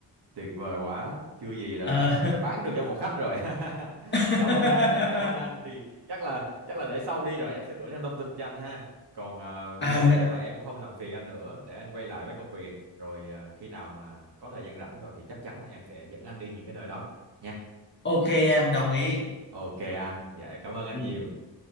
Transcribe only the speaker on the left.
Ờ.
<laughs>
à,
ok em đồng ý
ừ.